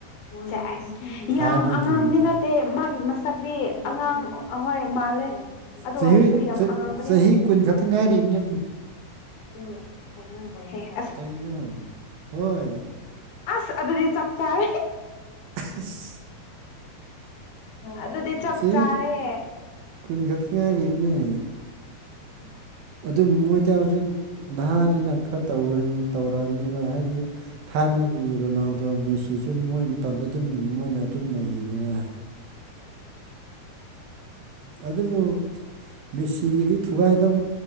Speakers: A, on the left; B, on the right.
A: ꯆꯥꯏꯁ
B: ꯊꯥꯏꯅꯒꯤ
A: ꯌꯥꯝ ꯑꯉꯥꯡꯗꯤ ꯅ ꯗꯦ ꯃꯥꯒꯤ ꯃꯁꯛꯇꯤ ꯑꯉꯥꯡ ꯑꯍꯣꯏ ꯃꯥꯜꯂꯦ ꯑꯗꯨ
B: ꯆꯍꯤ
A: ꯑꯣꯏꯔꯁꯨ ꯌꯥꯝ
B: ꯆ-
A: ꯑꯉꯥꯡꯕꯗꯤ
B: ꯆꯍꯤ
A: ꯅꯠꯇꯦ
B: ꯀꯨꯟ ꯈꯛꯇ ꯉꯥꯏꯔꯤꯕꯅꯤ
A: ꯑꯗꯨꯣ ꯊꯝ
B: ꯀꯩꯅꯩꯅꯣ ꯍꯣꯏ
A: ꯑꯁ ꯑꯗꯨꯗꯤ ꯆꯞ ꯆꯥꯔ
B: ꯑꯁ
A: ꯑꯗꯨꯗꯤ ꯆꯞ
B: ꯆꯍꯤ
A: ꯆꯥꯔꯦ
B: ꯀꯨꯟ ꯈꯛꯇꯪ ꯉꯥꯏꯔꯤꯕꯅꯦ
A: ꯥꯛꯇ
B: ꯑꯗꯨ ꯃꯣꯏꯗ ꯍꯧꯖꯤꯛ ꯅꯍꯥꯅꯤꯅ ꯈꯔ ꯇꯧꯔꯅꯤ ꯇꯧꯔꯛꯑꯅꯦꯕ ꯍꯥꯏꯗꯤ ꯊꯥꯏꯅꯒꯤ ꯔꯨꯅꯥꯜ ꯑꯗꯣ ꯃꯦꯁꯤꯁꯨ ꯃꯣꯏ ꯃꯇꯝꯗ ꯑꯗꯨꯝ ꯃꯣꯏꯅ ꯑꯗꯨꯝ ꯂꯩꯗꯅ ꯑꯗꯨꯕꯨ ꯃꯦꯁꯤꯒꯤꯗꯤ ꯊꯨꯒꯥꯏꯗꯧ